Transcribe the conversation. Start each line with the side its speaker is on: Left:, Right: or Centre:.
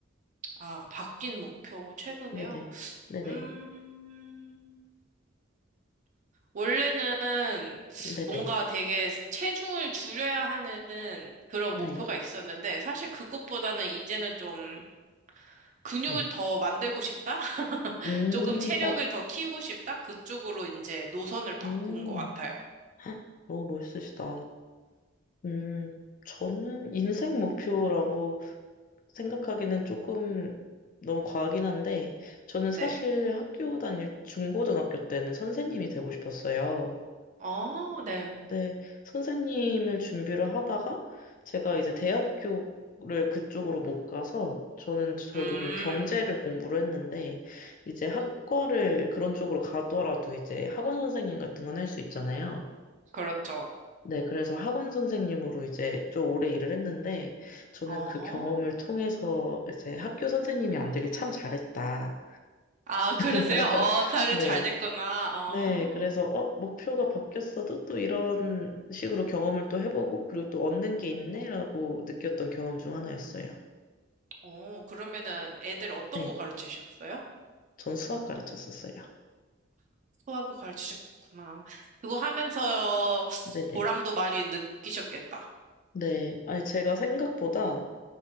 Right: 아, 바뀐 목표 최근에요?
Left: 네네. 네네.
Right: 음. 원래는
Left: 네네.
Right: 뭔가 되게 체중을 줄여야 하는 그런
Left: 네.
Right: 목표가 있었는데 사실 그것보다는 이제는 좀 근육을
Left: 네.
Right: 더 만들고 싶다?
Left: 음,
Right: 조금 체력을
Left: 어,
Right: 더 키우고 싶다? 그쪽으로 이제 노선을 바꾼
Left: 음.
Right: 것 같아요.
Left: 헉, 너무 멋있으시다. 음, 저는 인생 목표라고 생각하기는 조금 너무 과하긴 한데, 저는
Right: 네.
Left: 사실 학교 다닐 중고등학교 때는 선생님이 되고 싶었어요.
Right: 어, 네.
Left: 근데 선생님을 준비를 하다가 제가 이제 대학교를 그쪽으로 못 가서 저는 결국엔
Right: 음,
Left: 경제를 공부를 했는데, 이제 학과를
Right: 오,
Left: 그런 쪽으로 가더라도 이제 학원 선생님 같은 건 할 수 있잖아요.
Right: 그렇죠.
Left: 네, 그래서 학원 선생님으로 이제 좀 오래 일을 했는데, 저는
Right: 어,
Left: 그 경험을 통해서 이제 학교 선생님이 안 되길 참 잘했다.
Right: 아, 그러세요?
Left: <laughs>
Right: 어, 잘,
Left: 네,
Right: 잘 됐구나. 어,
Left: 네, 그래서, 어, 목표가 바뀌었어도 또 이런 식으로 경험을 또 해보고, 그리고 또 얻는 게 있네라고 느꼈던 경험 중 하나였어요.
Right: 어, 그러면은 애들 어떤
Left: 네,
Right: 거 가르치셨어요?
Left: 전 수학 가르쳤었어요.
Right: 수학을 가르치셨구나. 그거 하면서
Left: 네네.
Right: 보람도 많이 느끼셨겠다.
Left: 네. 아니, 제가 생각보다